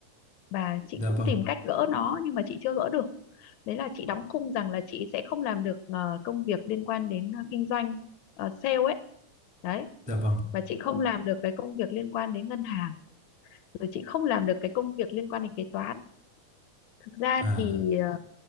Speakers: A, on the left; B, in the centre.
A: và chị
B: dạ
A: cũng
B: vâng,
A: tìm cách gỡ nó nhưng mà chị chưa gỡ được đấy là chị đóng khung rằng là chị sẽ không làm được ờ, công việc liên quan đến ờ, kinh doanh ờ, sale ấy đấy
B: dạ vâng.
A: và chị không làm được cái công việc liên quan đến ngân hàng rồi chị không làm được cái công việc liên quan đến kế toán thực ra
B: À,
A: thì ờ,